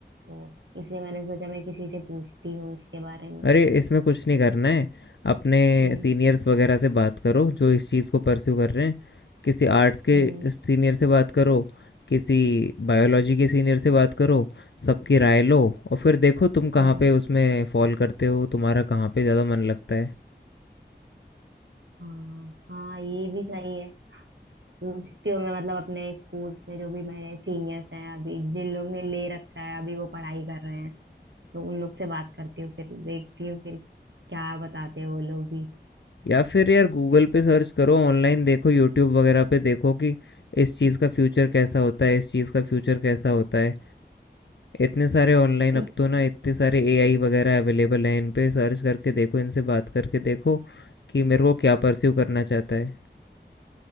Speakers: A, on the right (about 75°); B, on the left (about 70°).
A: तो इसलिए मैंने सोचा मैं किसी से पूछती हूँ इसके बारे में
B: अरे इसमें कुछ नहीं करना है अपने
A: हम्म
B: सीनियर्स वगैरह से बात करो जो इस चीज़ को परस्यू कर रहे हैं किसी आर्ट्स के
A: हम्म
B: सीनियर से बात करो किसी बायोलॉजी के सीनियर से बात करो सबकी राय लो और फिर देखो तुम
A: हम्म
B: कहाँ पे उसमें फॉल करते हो तुम्हारा कहाँ पे ज़्यादा मन लगता है
A: हाँ हाँ ये भी सही है पूछती हूँ मैं मतलब अपने स्कूल्स में जो भी मेरे सीनियर्स हैं अभी जिन लोग ने ले रखा है अभी वो पढ़ाई कर रहे हैं तो उन लोग से बात करती हूँ फिर देखती हूँ फिर क्या बताते हैं वो लोग भी
B: या फिर यार गूगल पे सर्च करो ऑनलाइन देखो यूट्यूब वगैरह पे देखो कि इस चीज़ का फ्यूचर कैसा होता है इस चीज़ का फ्यूचर कैसा होता है इतने सारे ऑनलाइन
A: ई-
B: अब तो ना इतने सारे एआई वगैरह अवेलेबल हैं इन पे सर्च करके देखो इनसे बात करके देखो कि मेरे को क्या परस्यू करना चाहता है